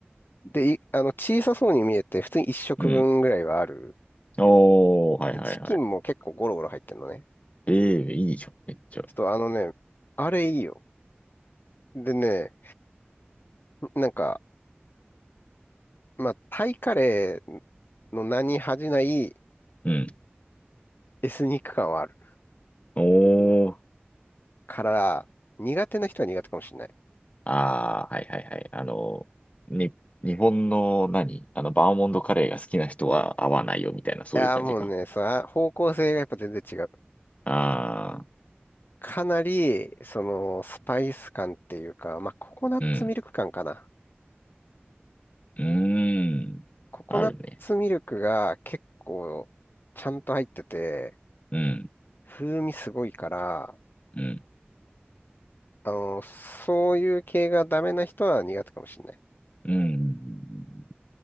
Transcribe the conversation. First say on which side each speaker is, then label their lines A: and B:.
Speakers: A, on the left (about 55°); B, on the left (about 35°).
A: う。で、いあの、小さそうに見えて、普通に1食分ぐらいはある。
B: うん。おー、はいはいはい。
A: で、チキンも結構ゴロゴロ入ってんのね。
B: ええいいじゃん、めっちゃ。
A: ちょっとあのね、あれいいよ。でね、なんか、まあ、タイカレーの名に恥じない
B: うん。
A: エスニック感はある
B: おー。
A: から、苦手な人は苦手かもしれない。
B: ああはいはいはい。あの、に、日本の何あの、バーモントカレーが好きな人は合わないよ、みたいな、そういう感じか。
A: いやー、もうね、さ、方向性がやっぱ全然違う。
B: ああ
A: かなり、その、スパイス感っていうか、まあ、ココナッツミルク感かな。
B: うん。うーん。
A: ココナッツミルクが結構、
B: あるね。
A: ちゃんと入ってて、
B: うん。
A: 風味すごいから、
B: うん。
A: あの、そういう系がダメな人は苦手かもしれない。
B: うん。